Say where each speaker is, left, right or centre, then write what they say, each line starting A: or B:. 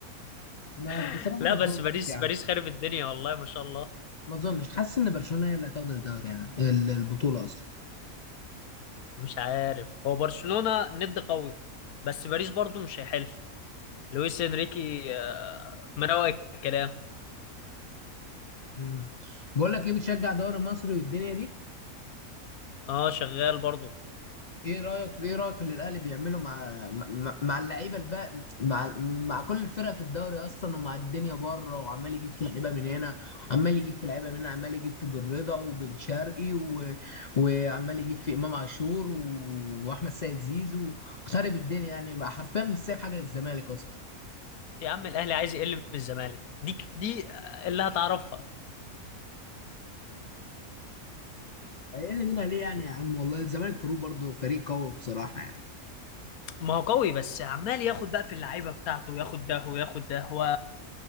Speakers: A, on the left; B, on the left.
A: ما
B: <laughs>
A: بصراحه
B: لا
A: ما اظنش
B: بس باريس
A: يعني
B: باريس خارب الدنيا والله ما شاء الله
A: ما اظنش حاسس ان برشلونه هي اللي هتاخد الدوري يعني ال- البطوله اصلا
B: مش عارف هو برشلونة ند قوي بس باريس برضو مش هيحل لويس انريكي آه، مروق الكلام
A: مم. بقول لك ايه بتشجع دوري مصري والدنيا دي
B: اه شغال برضو
A: ايه رايك في ايه رايك في اللي الاهلي بيعمله مع مع, مع اللعيبه الباقي مع مع كل الفرق في الدوري اصلا ومع الدنيا بره وعمال يجيب في لعيبه من هنا عمال يجيب في لعيبه من هنا عمال يجيب في بن رضا وبن شرقي و... وعمال يجيب في امام عاشور و... واحمد سيد زيزو خارب الدنيا يعني بقى حرفيا مش سايب حاجه للزمالك اصلا
B: يا عم الاهلي عايز يقل من الزمالك دي دي اللي هتعرفها
A: اقل منها ليه يعني يا عم والله الزمالك فاروق برضه فريق قوي بصراحه يعني
B: ما هو قوي بس عمال ياخد بقى في اللعيبه بتاعته وياخد ده وياخد ده و...